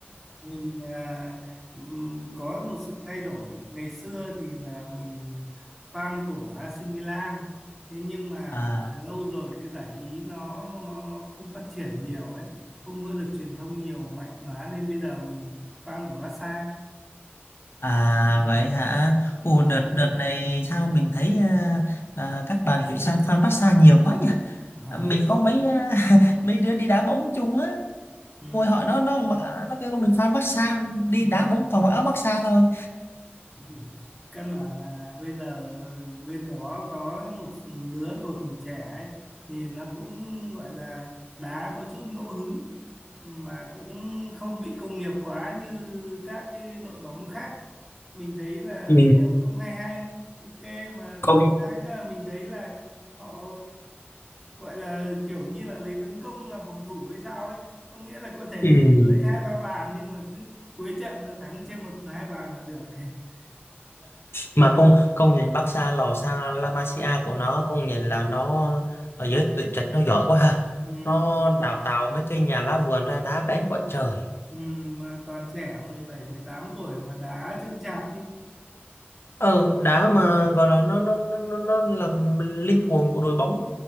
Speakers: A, in the centre; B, on the left.
A: mình ờ, ừm, có một sự thay đổi ngày xưa thì là mình fan của AC Milan thế nhưng mà
B: À
A: lâu rồi cái giải Ý nó nó nó không phát triển nhiều ấy không có được truyền thông nhiều mạnh quá nên bây giờ mình fan của Barca
B: à vậy hả? Ồ đợt đợt này sao mình thấy à, à, các bạn chuyển sang fan Barca nhiều quá nhỉ?
A: Ờ.
B: À, Mình có mấy à, <laughs> mấy đứa đi đá bóng chung á,
A: ừ.
B: ngồi hỏi nó nó mặc- nó kêu mình fan Barca đi
A: Ừ.
B: đá bóng toàn mặc áo Barca thôi.
A: <laughs> căn bản là bây giờ bên đó có một lứa cầu thủ trẻ ấy, nhìn nó cũng gọi là đá có chút ngẫu hứng mà cũng không bị công nghiệp quá như các cái đội bóng khác mình thấy là
B: Ừ.
A: xem cũng hay hay ok mà
B: Công
A: hai nữa là mình thấy là họ gọi là kiểu như là lấy tấn công làm phòng thủ hay sao ấy có nghĩa là có thể
B: ừ.
A: thủng lưới hai ba bàn nhưng mà cứ cuối trận là thắng trên một hai bàn là được <laughs>
B: mà con công nhận Barca lò Sa La Masia của nó công nhận là nó ở giới tuyển trạch nó giỏi quá ha
A: Ừ,
B: nó đào tạo mấy cái nhà lá vườn ra đá bén quá trời
A: ừ, mà toàn trẻ mười bảy, mười tám tuổi mà đá chững chạc đi.
B: ừ đá mà gọi là nó nó nó nó, nó làm linh hồn của đội bóng